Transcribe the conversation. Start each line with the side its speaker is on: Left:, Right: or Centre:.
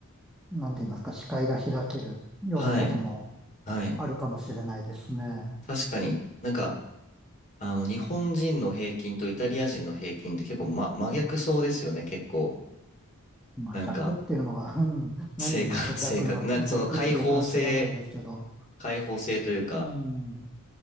Centre: なんて言いますか、視界が開けるようなことも
Left: あ、はい。はい。
Centre: あるかもしれないですね。
Left: 確かになんか、あの、日本人の平均とイタリア人の平均って結構、ま、真逆そうですよね、結構。
Centre: まあ、
Left: なんか、
Centre: 逆っていうのが、うん何をもって逆な、
Left: 性格、<laughs> 性格、なんかその開放性、
Centre: 逆っていうか知らないですけど、
Left: 開放性というか、
Centre: うん、